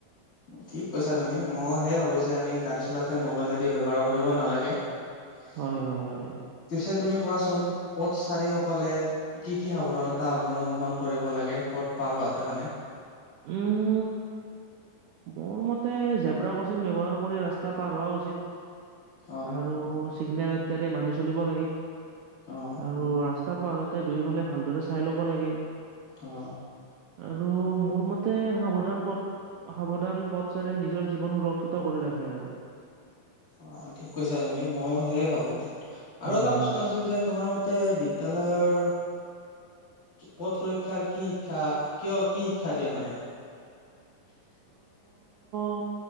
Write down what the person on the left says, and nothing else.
ঠিক কৈছা তুমি। মই সেই ভাবো যে আমি গাড়ী চলাতে মোবাইল আদি ব্যৱহাৰ কৰিব নালাগে। <unintelligible>
পিছে তুমি কোৱাচোন পথচাৰিসকলে কি-কি সাৱধানতা অৱলম্বন কৰিব লাগে, পথ পাৰ হোৱাতে মানে?
অ
অহ।
অহ'।
অ' ঠিক কৈছা তুমি ময়ো সেয়ে ভাবো আৰু
এটা প্ৰশ্ন
আছিল যে তোমাৰ মতে বিদ্যালয়ৰ পথ সুৰক্ষাৰ কি শিক্ষা, কিয় কি শিক্ষা দিয়া মানে। <unintelligible>